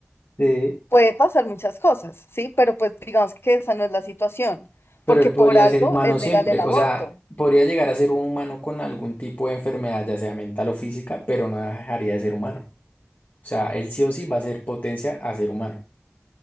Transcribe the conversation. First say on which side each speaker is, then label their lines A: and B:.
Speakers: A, on the left (about 55°); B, on the left (about 80°).
A: Sí.
B: puede pasar muchas cosas, ¿sí? Pero pues digamos que esa no es la situación,
A: Pero
B: porque
A: él podría
B: por algo
A: ser humano
B: es
A: siempre,
B: legal el aborto,
A: o sea, podría llegar a ser un humano con algún tipo de enfermedad, ya sea mental o física, pero no dejaría de ser humano. O sea, él sí o sí va a ser potencia a ser humano.